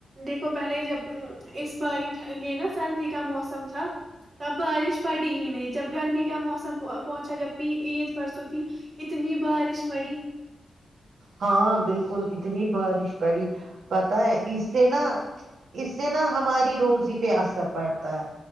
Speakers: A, on the right (about 35°); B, on the right (about 65°).
A: دیکھو پہلے جب اس باری یہ نا سردی کا موسم تھا تب بارش پڑی ہی نہیں جب گرمی کا موسم پہنچا جب بھی عید پرسوں تھی اتنی بارش پڑی
B: ہاں بالکل اتنی بارش پڑی پتا ہے اس سے نا اس سے نا ہماری روزی پہ اثر پڑتا ہے